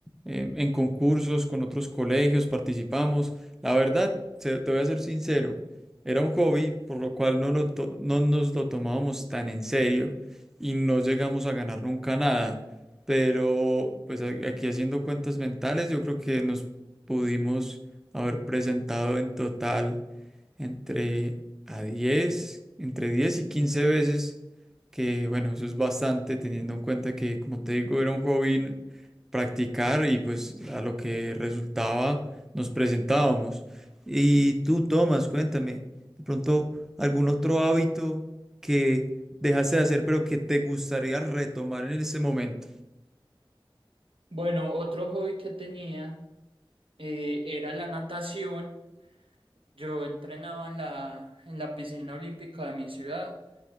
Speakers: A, in the centre; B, on the right (about 85°).
A: eh, en concursos con otros colegios, participamos. La verdad, se- te voy a ser sincero, era un hobby por lo cual no, lo to- no nos lo tomábamos tan en serio y no llegamos a ganar nunca nada. Pero pues a- aquí haciendo cuentas mentales, yo creo que nos pudimos haber presentado en total entre a diez entre 10 y 15 veces, que bueno, eso es bastante teniendo en cuenta que, como te digo, era un hobby practicar y pues a lo que resultaba nos presentábamos. Y tú, Tomás, cuéntame, de pronto algún otro hábito que dejaste de hacer pero que te gustaría retomar en ese momento.
B: Bueno, otro hobby que tenía eh, era la natación. Yo entrenaba en la, en la piscina olímpica de mi ciudad.